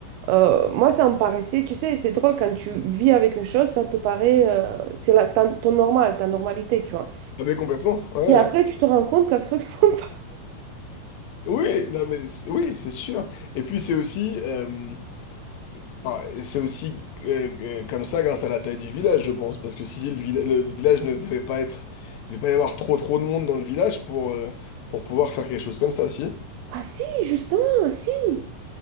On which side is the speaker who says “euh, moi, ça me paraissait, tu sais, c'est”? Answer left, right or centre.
Right